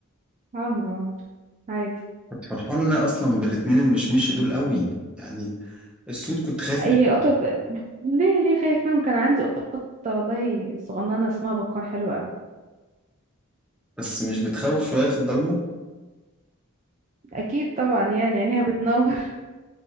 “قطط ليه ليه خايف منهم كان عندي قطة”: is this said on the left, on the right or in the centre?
Right